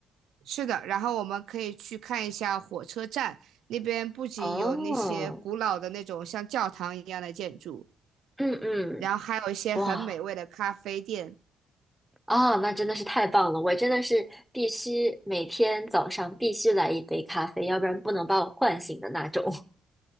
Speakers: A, on the right (about 85°); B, in the centre.
A: 是的，然后我们可以去看一下火车站，那边不仅有那些古老的那种像教堂一样的建筑，
B: 哦，嗯嗯，
A: 然后还有一些很美味的咖啡店。
B: 哇啊，那真的是太棒了！我真的是必须每天早上必须来一杯咖啡，要不然不能把我唤醒的那种。<laughs>